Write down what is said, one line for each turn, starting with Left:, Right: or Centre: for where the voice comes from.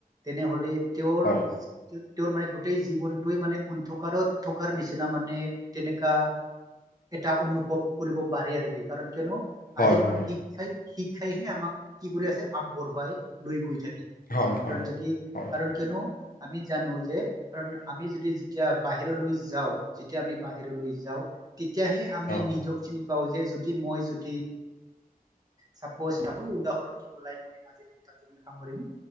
Right: তেনেহলে, তেওঁৰ
Left: হয় হয়
Right: তেওঁৰ মানে গোটেই জীৱনটোৱে মানে অন্ধকাৰত থকাৰ নিচিনা মানে তেনেকা। এটা অনুভৱ কৰিব পাৰেি আৰু কি কাৰণ কিয়নো। আজিৰ
Left: হয়
Right: দিনত
Left: হয়
Right: শিক্ষাই শিক্ষাইহে আমাক কি কৰি আছে আগবঢ়োৱাই লৈ গৈ থাক
Left: হয়,
Right: কাৰণ
Left: হয়,
Right: যদি
Left: হয়,
Right: কাৰণ কিয়নো। আমি জানো যে কাৰণ আমি যদি যেতিয়া বাহিৰলৈ যাওঁ যেতিয়া আমি বাহিৰলৈ যাওঁ। তেতিয়াহে আমি
Left: অ',
Right: নিজক চিনি পাওঁ যে যদি মই যদি চাপজ উদাহৰণ দি পেলাই মইাজিৰ কথা সামৰিম